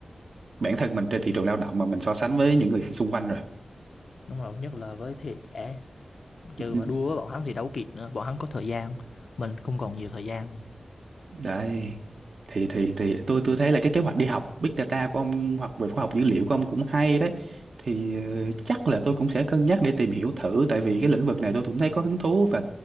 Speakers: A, on the right; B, on the left.
A: bản thân mình trên thị trường lao động mà mình so sánh với những người xung quanh rồi
B: đúng rồi nhất là với thế hệ trẻ trừ
A: Ừ, ừ.
B: mà đua với bọn hắn thì đâu có kịp nữa bọn hắn có thời gian mình không còn nhiều thời gian
A: Đấy. Thì thì thì tôi tôi thấy là cái kế hoạch đi học Big Data của ông hoặc về khoa học dữ liệu của ông cũng hay đấy. Thì ờ, chắc là tôi cũng sẽ cân nhắc để tìm hiểu thử tại vì cái lĩnh vực này tôi cũng thấy có hứng thú và